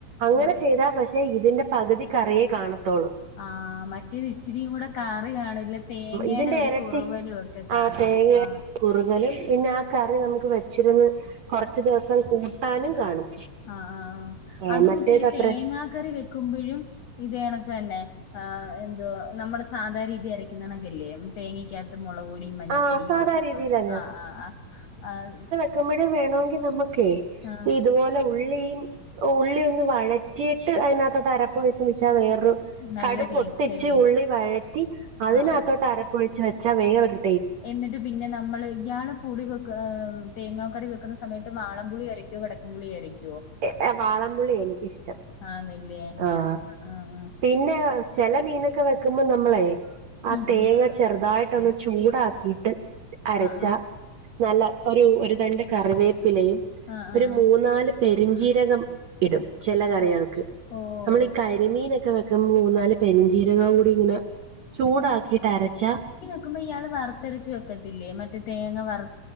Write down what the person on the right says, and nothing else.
അങ്ങനെ
ചെയ്താ പക്ഷേ ഇതിന്റെ പകുതി കറിയെ കാണത്തോളൂ
ഇതിന്റെ
ഇരട്ടി
ആ തേങ്ങ
കുറുകലും പിന്നെ ആ കറി നമുക്ക് വെച്ചിരുന്ന് കൊറച്ചു ദിവസം കൂട്ടാനും കാണും
ആ
മറ്റേത് അത്ര
ആഹ് സാധാ
രീതിയിലാ
ഒഴിക്കുമ്പോഴും വേണമെങ്കിൽ നമുക്കേ
ഇതുപോലെ ഉള്ളിയും ഉള്ളി ഒന്ന് വഴറ്റിയിട്ട് അതിനകത്ത് അരപ്പ് ഒഴിച്ച് വെച്ചാൽ വേറെ
<unintelligible> കടു പൊട്ടിച്ച്
ഉള്ളി വഴറ്റി അതിനകത്തോട്ട്
അരപ്പൊഴിച്ച് വെച്ചാ വേറരു
<unintelligible> വാളപുളി എനിക്കിഷ്ടം
ആഹ്
പിന്നെ ചെല മീനൊക്കെ വെക്കുമ്പോ നമ്മളെ, ആ
തേങ്ങ
ചെറുതായിട്ട്ന്ന് ചൂടാക്കിയിട്ട് അരച്ച
നല്ല ഒരു ഒരു രണ്ട് കറിവേപ്പിലയും,
ഒരു
മൂന്നാല് പെരിഞ്ചീരകം ഇടും ചെല കറികൾക്ക്.
നമ്മള് കരിമീനൊക്കെ വെക്കുമ്പോൾ മൂന്നാല് പെരിഞ്ചീരകോം കൂടി ഇങ്ങനെ ചൂടാക്കിട്ട് അരച്ചാ,